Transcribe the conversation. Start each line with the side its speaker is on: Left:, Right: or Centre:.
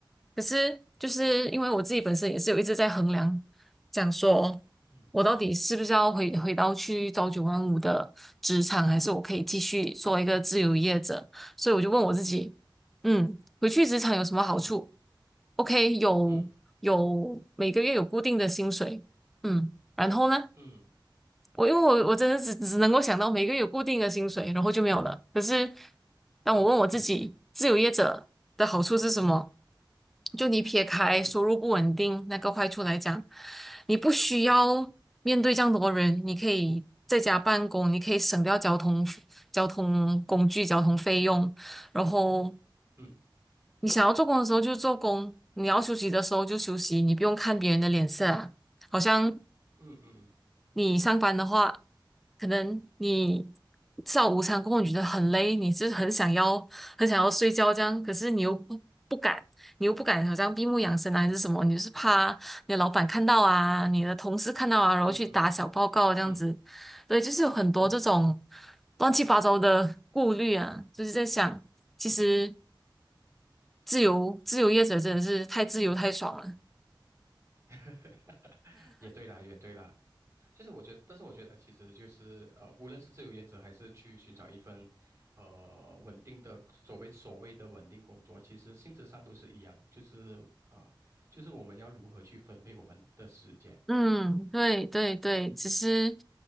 Centre: 可是就是因为我自己本身也是有一直在衡量，讲说
Right: 嗯
Centre: 我到底是不是要回回到去朝九晚五的职场，还是我可以继续做一个自由业者？所以我就问我自己，嗯，回去职场有什么好处
Right: 嗯
Centre: ？OK，有有每个月有固定的薪水，
Right: 嗯
Centre: 嗯，然后呢？
Right: 嗯
Centre: 我因为我我真的只只能够想到每个月有固定的薪水，
Right: 嗯，嗯
Centre: 然后就没有了。可是当我问我自己，
Right: 对，
Centre: 自由业者的好处是什么？就你撇开收入不稳定那个坏处来讲，
Right: 嗯
Centre: 你不需要面对这样多人，
Right: 嗯
Centre: 你可以在家办公，你可以省掉交通交通工具、交通费用，然后
Right: 嗯
Centre: 你想要做工的时候就做工，你要休息的时候就休息，你不用看别人的脸色啊。好像
Right: 嗯嗯嗯
Centre: 你上班的话，可能你吃完午餐过后你觉得很累，你就是很想要很想要睡觉这样，可是你又不不敢，你又不敢好像闭目养神啊还是什么，你就是怕你的老板看到啊，你的同事看到啊，然后去打小报告这样子，
Right: 嗯嗯嗯
Centre: 对，就是有很多这种
Right: 嗯嗯嗯
Centre: 乱七八糟的顾虑啊，就是在想，其实
Right: 嗯
Centre: 自由自由业者真的是太自由太爽了。
Right: <laughs> 也对啦，也对啦。其实我觉得，但是我觉得，其实就是呃，无论是自由业者还是去寻找一份呃稳定的所谓所谓的稳定工作，其实性质上都是一样，就是呃，就是我们要如何去分配我们的时间。
Centre: 嗯，对对对，
Right: 嗯
Centre: 其实